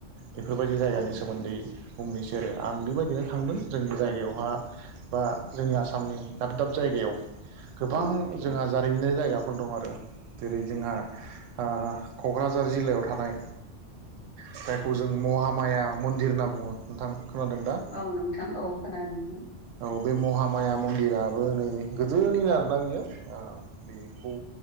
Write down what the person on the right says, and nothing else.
बेफोर बायदि जायगानि
सोमोन्दै बुंनोसै आरो आं बेबायदिनो थांदों जोंनि जायगायावहा बा जोंनि आसामनि दाब दाब जायगायाव। गोबां
जोंहा जारिमिनारि जायगाफोर दं आरो जेरै जोंहा ओ क'क्राझार जिल्लायाव थानाय जायखौ जों महामाया मन्दिर होनना बुङो नोंथां खोनादों दा?
औ बे महामाया मन्दिराबो नै गोदोनिनो आरोना बियो। ओ बेखौ